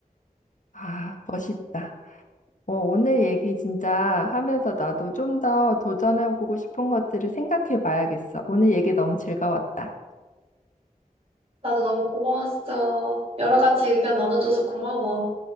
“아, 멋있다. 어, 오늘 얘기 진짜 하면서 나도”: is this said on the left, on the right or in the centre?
Left